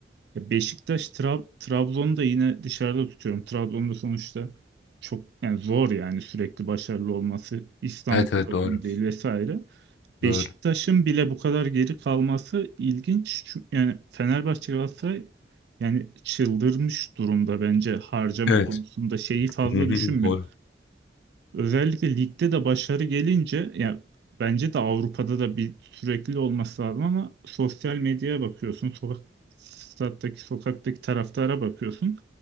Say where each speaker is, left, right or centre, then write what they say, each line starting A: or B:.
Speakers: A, on the right; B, on the left.
A: Ya Beşiktaş, Tra- Trabzon'u da yine dışarıda tutuyorum. Trabzon'da sonuçta çok yani zor yani sürekli başarılı olması İstanbul
B: Evet evet evet,
A: takımı
B: doğru.
A: değil vesaire. Beşiktaş'ın
B: Doğru.
A: bile bu kadar geri kalması ilginç. Çünkü yani Fenerbahçe Galatasaray yani çıldırmış durumda bence harcama
B: Evet.
A: konusunda şeyi fazla
B: Hı hı,
A: düşünmüyor.
B: Doğru.
A: Özellikle ligde de başarı gelince yani bence de Avrupa'da da bir sürekli olması lazım ama sosyal medyaya bakıyorsun, sokak stattaki sokaktaki taraftara bakıyorsun.